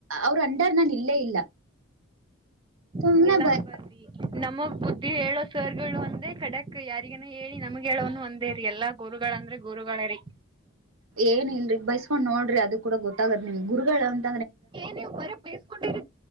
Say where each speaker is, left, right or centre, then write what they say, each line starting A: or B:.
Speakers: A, on the right; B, on the right.
A: ಅವ್ರ ಅಂಡರ್ ಇಲ್ಲೇ ಇಲ್ಲ ಸುಮ್ನೆ
B: ಹಗೆಲ್ಲಾ
A: ಬ
B: ಅನ್ಬಾರವಿ ನಮಗ್ ಬುದ್ಧಿ ಹೇಳ ಸವರ್ಗಳು ಒಂದೇ ಡಕ್ ಯಾರಿಗನ ಹೇಳಿ ನಮ್ಗೆ ಹೇಳೋನು ಒಂದ ಅದೇ ರರಿ ಎಲ್ಲಾ ಗುರುಗಳಂದ್ರೆ ಗುರುಗಳ ರೀ
A: ಏನ್ ಇಲ್ರಿ ಬೈಸ್ಕೊಂಡ್ ನೋಡ್ರಿ ಅದ ಕೂಡ ಗೊತ್ತಾಗದ ನಿಮ್ ಗುರುಗಳಂತ
B: ಏನ್ ಬರ ಬೇಸ್ಕೊಂಡಿರಿ